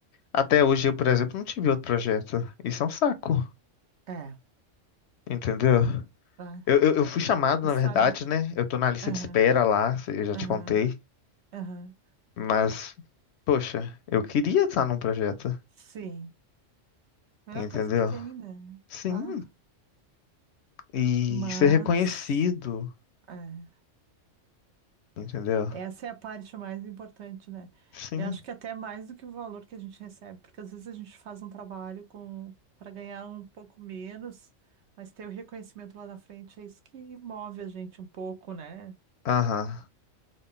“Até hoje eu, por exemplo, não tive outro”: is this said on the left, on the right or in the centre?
Left